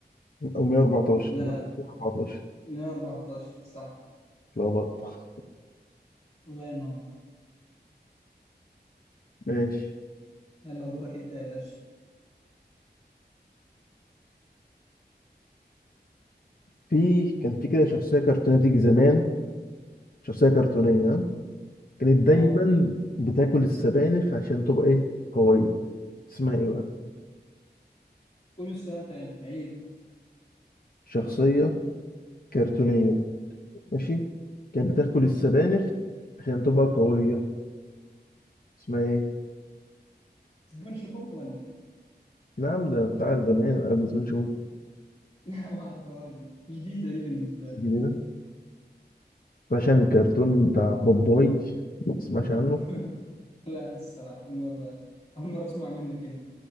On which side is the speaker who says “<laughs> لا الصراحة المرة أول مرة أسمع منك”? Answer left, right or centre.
Left